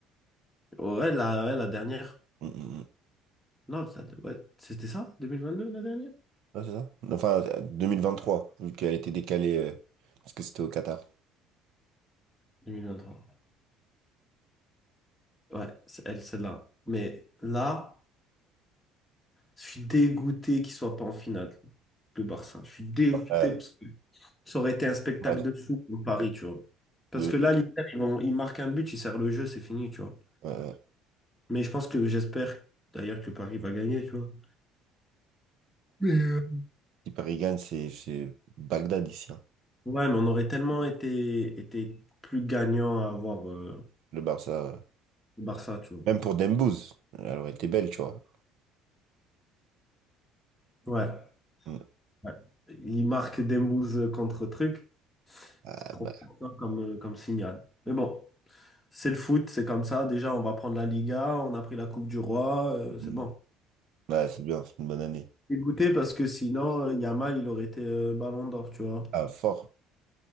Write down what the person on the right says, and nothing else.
Mm, mm, mm.
Ouais, c'est ça. Enfin, 2023, vu qu'elle était décalée, euh, parce que c'était au Qatar.
Euh,
ouais,
de-
de-
euh,
Si Paris gagne, c'est c'est Bagdad ici. hein.
Le Barça, euh,
même pour Dembouz, elle aurait été belle, tu vois.
Mm.
Ah,
bah,
mm.
Ouais, c'est bien, c'est une bonne année.
Ah, fort,